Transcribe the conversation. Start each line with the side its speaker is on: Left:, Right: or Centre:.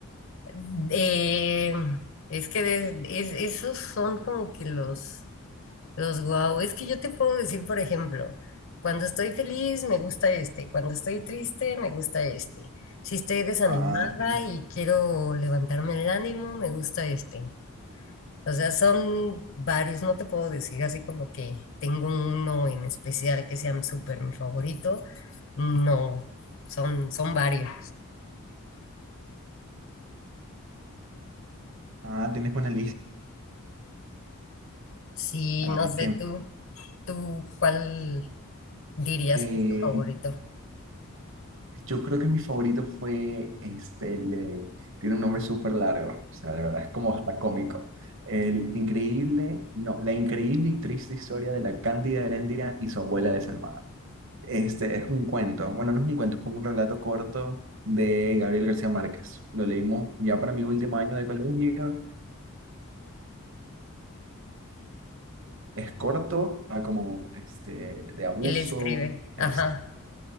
Left: de- es que de- es- esos son como que los Los wow, es que yo te puedo decir, por ejemplo, cuando estoy feliz me gusta este, cuando estoy triste me gusta este. Si estoy desanimada
Right: Ah, tienes,
Left: y quiero levantarme el ánimo, me gusta este. O sea, son varios, no te puedo decir así como que tengo uno en especial que sea súper mi favorito. No, son, son varios.
Right: ah, tienes una lista.
Left: Sí,
Right: Ay,
Left: no sé, tú, tú, ¿cuál dirías
Right: que,
Left: que es tu favorito?
Right: Yo creo que mi favorito fue este, el, eh, tiene un nombre súper largo, o sea, de verdad es como hasta cómico. El increíble, no, la increíble y triste historia de la Cándida Heréndira y su abuela desalmada. Este es un cuento, bueno, no es un cuento, es como un relato corto de Gabriel García Márquez. Lo leímos ya para mi último año de colegio. Es corto, está como este, de abuso,
Left: Él escribe,
Right: es-
Left: ajá.